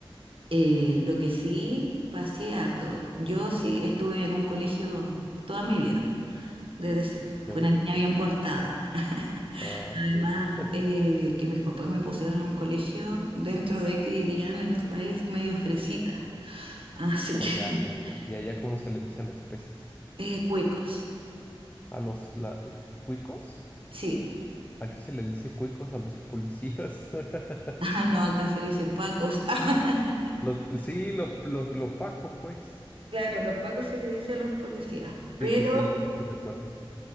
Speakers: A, on the right; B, on the left.
A: eh, lo que sí pasé harto. Yo sí estuve en un colegio toda mi vida, desde siempre.
B: ¿ok?
A: Fui una niña bien portada. <laughs>
B: Ah,
A: Además,
B: sí. <laughs>
A: eh, que mis papás me pusieron en un colegio dentro de, que dirían en tu país, medio fresita. Así
B: O
A: que,
B: ya,
A: <laughs>
B: ya, ya. Ya, ya, como se le dice a los fresas?
A: eh, cuecos.
B: A los la- cuicos.
A: Sí,
B: Aquí se le dice cuicos a los policías. <laughs>
A: Ah, no, acá se le dice pacos. <laughs>
B: Los, sí, los, los, los pacos, pues.
A: Claro, los pacos se le dice a los policías, pero,
B: Sí, sí, sí, sí recuerdo.